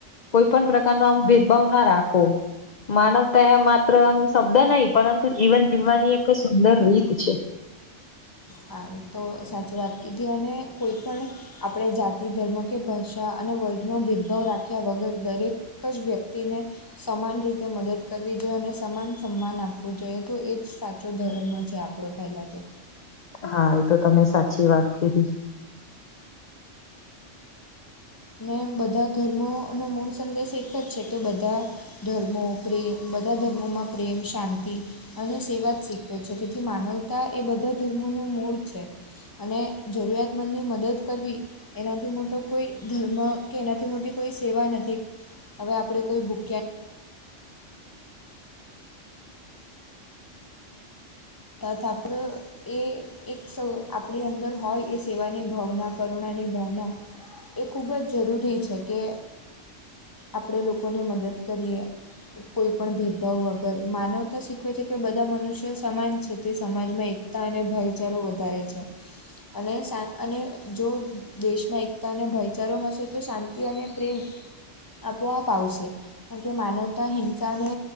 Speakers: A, on the left; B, on the left.
A: કોઈ પણ પ્રકાર નો આમ ભાવ ના રાખો માનવતા માત્ર આમ શબ્દ નહી પરંતુ જીવન જીવવાની એક સુંદર રીત છે.
B: હા એ તો સાચી વાત કીધી અને કોઈ પણ આપણે જાતિ ધર્મ કે ભાષા અને વર્ગનો ભેદભાવ રાખ્યા વગર દરેક એક જ વ્યક્તિને સમાન રીતે મદદ કરવી જોઈએ અને સમાન સન્માન આપવું જોઈએ તો એ જ સાચો ધર્મ છે આપણે આપણો પેલા તો.
A: હા એ તો તમે સાચી વાત કીધી.
B: અને બધા ધર્મો અને મૂળ સંદેશ એક જ છે કે બધા ધર્મો પ્રેમ બધા ધર્મોમાં પ્રેમ શાંતિ અને સેવા જ શીખવે છે તેથી માનવતા એ બધા ધર્મોનું મૂળ છે. અને જરૂરિયાતમંદ ની મદદ કરવી એનાથી મોટો કોઈ ધર્મ કે એનાથી મોટી કોઈ સેવા નથી હવે આપણે કોઈ ભૂખ્યા તથ આપણે એ એક સ આપણી અંદર હોય એ સેવાની ભાવના કરુણાની ભાવના એ ખૂબ જ જરૂરી છે કે આપણે લોકોને મદદ કરીએ કોઈ પણ ભેદભાવ વગર માનવતા શીખવે છે કે બધા મનુષ્ય સમાન છે છે તે સમાજમાં એકતા અને ભાઈચારો વધારે છે અને સા અને જો દેશમાં એકતા અને ભાઈચારો હશે તો શાંતિ અને પ્રેમ આપોઆવ આવસે કારણ કે માનવતા હિંસાને